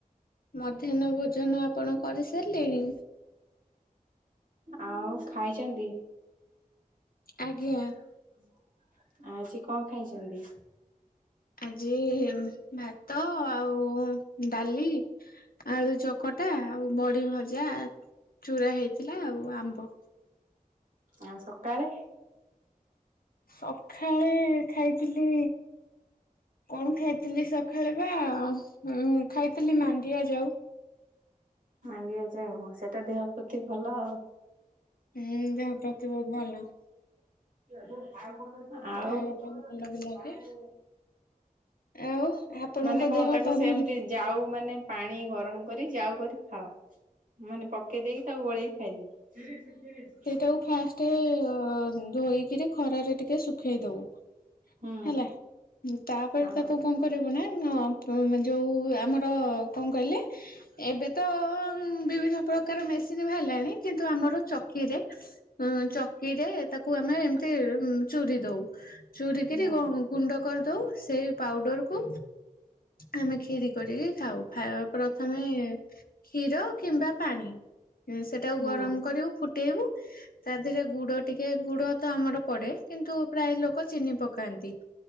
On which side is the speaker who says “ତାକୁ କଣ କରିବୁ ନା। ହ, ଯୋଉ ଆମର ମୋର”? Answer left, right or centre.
Left